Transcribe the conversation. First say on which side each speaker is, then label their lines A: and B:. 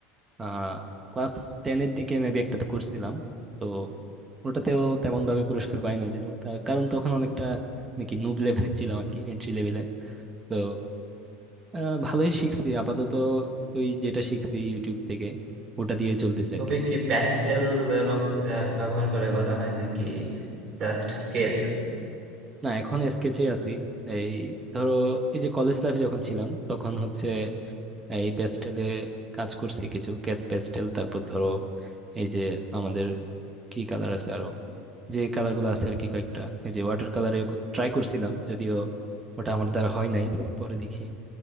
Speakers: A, on the right; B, on the right.
A: আহ ক্লাস টেনের দিকে মেবি একটাতে করছিলাম তো ওটাতেও তেমন ভাবে পুরস্কার পাই নাই যদিও তার কারণ তখন অনেকটা নাকি নুব লেভেলে ছিলাম আর কি এন্ট্রি লেভেলে তো আহ, ভালোই শিখছি আপাতত ওই যেটা শিখছি ইউটিউব থেকে ওটা দিয়ে চলতেছে
B: ছবি
A: আর কি
B: কি প্যাস্টেল রং থেকে ব্যবহার করে করা হয় নাকি জাস্ট স্কেচ
A: না এখন স্কেচে আছি এই ধরো এই যে কলেজ লাইফে যখন ছিলাম তখন হচ্ছে এই প্যাস্টেলে কাজ করছি কিছু ক্যাচ প্যাস্টেল তারপর ধরো এই যে আমাদের কি কালার আছে আরো যে কালার গুলো আছে আর কি কয়েকটা এই যে ওয়াটার কালারে ট্রাই করছিলাম যদিও ওটা আমার দ্বারা হয় নাই পরে দেখি